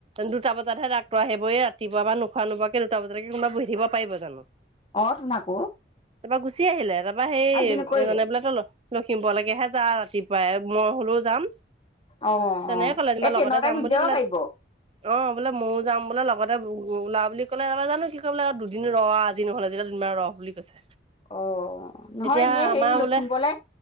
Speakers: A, on the right; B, on the left.
A: দুটা বজাতহে ডাক্তৰ আহিবইে ৰাতিপুৱা বা নোখোৱা নোোৱাকে দুটা বজাতকে কোবা বহি থিব পাৰিব জানো।
B: অ' তোন আকৌ
A: তাৰপৰা গুচি আহিলে তাৰপা সেই
B: আজি নকৰিলে
A: জানে বোলে তো লখিমপুৰলৈকেহে যা ৰাতিপুৱা পাই মই হলেও যাম
B: অ
A: তেনেকে
B: অ
A: ক'লে তমা
B: এই ট্ৰেইনতে
A: লগতে যাম
B: গুচি
A: বুলি
B: যাব
A: ক'লে
B: পাৰিব
A: অ বোলে ময় যাম বোলে লগতে। ত উ ওলা বুলি কলে তাৰাৰ জানো কি কলে আৰু দুদিন ৰ আজি নহ'লে যেতিয়া দুিনমান ৰ বুলি কৈছে।
B: অ' নহয়
A: এতিয়া
B: এনে হেৰি
A: আমাৰ
B: লখিমপুৰলে
A: বোলে